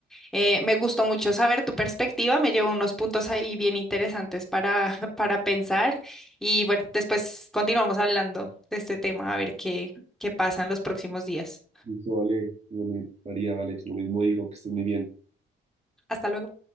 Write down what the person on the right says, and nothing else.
Listo, vale, lo mi- María, vale, lo mismo digo, que estés muy bien.